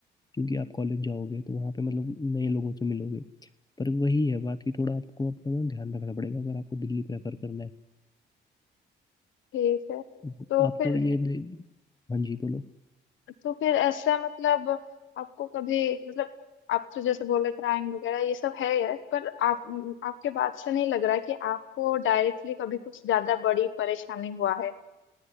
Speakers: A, on the left; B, on the left.
A: क्योंकि आप कॉलेज जाओगे तो वहाँ पे मतलब नए लोगों से मिलोगे पर वही है बात कि थोड़ा आपको अपना ना ध्यान रखना पड़ेगा अगर आपको दिल्ली प्रेफर करना है
B: ठीक है
A: तो
B: तो
A: आपको
B: फिर
A: ये दे- हाँ जी बोलो
B: तो फिर ऐसा मतलब आपको कभी मतलब आप तो जैसे बोले क्राइम वगैरह ये सब है यार पर आप आपके बात से नहीं लग रहा है कि आपको डायरेक्टली कभी कुछ ज्यादा बड़ी परेशानी हुआ है